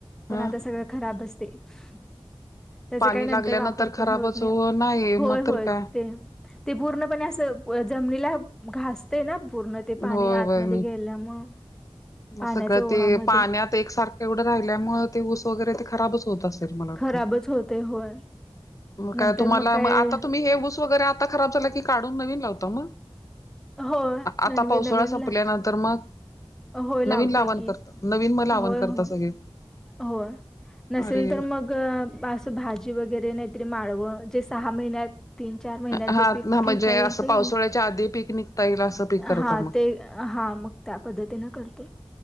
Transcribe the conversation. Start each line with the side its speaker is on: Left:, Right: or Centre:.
Centre: पण
Left: ह
Centre: आता सगळं खराबचं त्याचं
Left: पाणी
Centre: काय नंतर
Left: लागल्यानंतर
Centre: वापर
Left: खराबच
Centre: पण होत नाही
Left: हो नाही
Centre: होय
Left: मग
Centre: होय
Left: तर काय
Centre: ते. ते पूर्णपणे असं जमनीला घासते ना पूर्ण. ते पाणी
Left: होय
Centre: आतमध्ये
Left: होय
Centre: गेल्यामुळे
Left: मग
Centre: पाण्याच्या
Left: सगळं
Centre: ओहामध्ये
Left: ते पाण्यात एकसारखं. एवढं राहिल्यामुळे ते ऊस वगैरे ते खराबच. होत असेल मला वाटतंय
Centre: खराबच होते होय
Left: मग
Centre: नंतर
Left: काय तुम्हाला
Centre: काय
Left: आता तुम्ही हे ऊस वैगेरे आत ता खराब झाला की काढून नवीन लावता मग?
Centre: होय
Left: आता
Centre: नवीन
Left: पावसाळा
Centre: नवीन
Left: संपल्यानंतर मग
Centre: होय लावतोय
Left: नवीन लावण
Centre: की
Left: करत नवीन मग लावण
Centre: होय
Left: करता
Centre: होय
Left: सगळे
Centre: होय नसेल
Left: अरे
Centre: तर म ग अस भाजी वगैरे नाहीतरी माळवं जे सहा महिन्यात तीन चार महिन्यात
Left: हा
Centre: जे पीक
Left: ना म्हणजे
Centre: घेता येईल
Left: असं
Centre: ते
Left: पावसाळ्याच्या आधी पीक निघता येईल असं पीक करता
Centre: हा
Left: मग
Centre: ते हा मग त्या पद्धतीन करतो